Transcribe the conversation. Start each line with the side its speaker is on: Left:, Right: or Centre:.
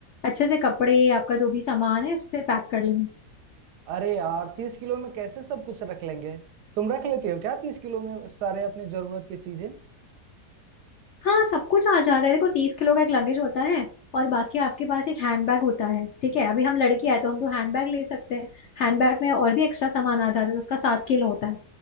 Left: अच्छे से कपड़े आपका जो भी सामान है अच्छे से पैक कर लेना
Right: अरे यार तीस किलो में कैसे सब कुछ रख लेंगे तुम रख लेती हो क्या तीस किलो में सारे अपने जरूरत की चीजें
Left: हाँ सब कुछ आ जाता है देखो तीस किलो का एक लगेज होता है और बाकी आपके पास एक हैंडबैग होता है ठीक है अभी हम लड़की आए तो हम तो हैंडबैग ले सकते हैं हैंडबैग में और भी एक्स्ट्रा सामान आ जाता है तो उसका सात किलो होता है